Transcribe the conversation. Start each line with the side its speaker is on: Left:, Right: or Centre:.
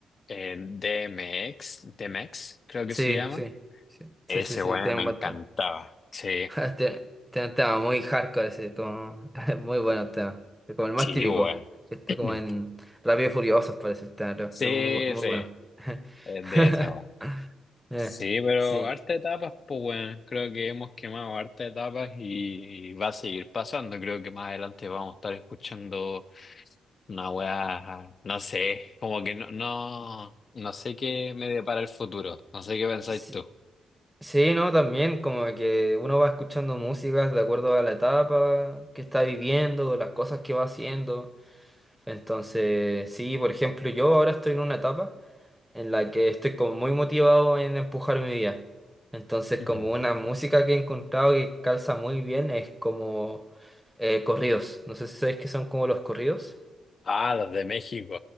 Left: Eh, DMX, DMX, creo que
Centre: Sí,
Left: se llama.
Centre: sí, sí,
Left: Ese,
Centre: sí, sí, sí,
Left: bueno,
Centre: tiene
Left: me
Centre: un
Left: encantaba.
Centre: buen
Left: Sí,
Centre: <laughs> Te, te un tema muy hardcore, así, como <laughs> muy bueno tema. Es como el más
Left: sí,
Centre: típico.
Left: bueno.
Centre: que Está
Left: <clears throat>
Centre: como en Rápido y Furiosos parece el tema, pero
Left: Sí,
Centre: pero muy, bu- muy
Left: sí,
Centre: bueno. <laughs>
Left: es de esa, weón.
Centre: Eh,
Left: Sí, pero
Centre: sí.
Left: harta etapas, pues, bueno, creo que hemos quemado harta etapas y, y va a seguir pasando. Creo que más adelante vamos a estar escuchando Una wea no sé, como que no, no, no sé qué me depara el futuro, no sé qué pensáis
Centre: sí.
Left: tú.
Centre: Sí, no, también como que uno va escuchando músicas de acuerdo a la etapa que está viviendo, las cosas que va haciendo. Entonces, sí, por ejemplo, yo ahora estoy en una etapa. en la que estoy como muy motivado en empujar mi vida. Entonces,
Left: Mm.
Centre: como una música que he encontrado que calza muy bien es como eh, corridos. No sé si sabéis qué son como los corridos.
Left: Ah, los de México.